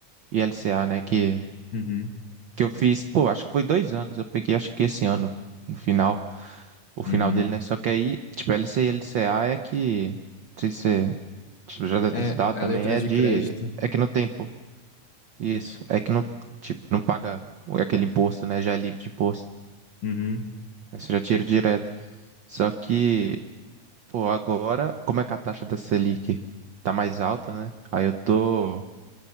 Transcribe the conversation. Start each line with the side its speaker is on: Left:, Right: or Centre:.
Right: e LCA, né, que,
Left: Uhum,
Right: que eu fiz, pô, acho que foi dois anos, eu peguei, acho que esse ano, no final, o final
Left: uhum.
Right: dele, né, só que aí, tipo, LCI e LCA é que, não sei se você, tipo, já deve
Left: É,
Right: ter estudado
Left: a
Right: também,
Left: letra
Right: é
Left: de
Right: de,
Left: crédito.
Right: é que não tem, pô, isso, é que não, tipo, não paga aquele imposto, né, já é livre de imposto,
Left: Uhum,
Right: aí você já tira direto, só que Pô, agora, como é que a taxa da Selic tá mais alta, né? Aí eu tô,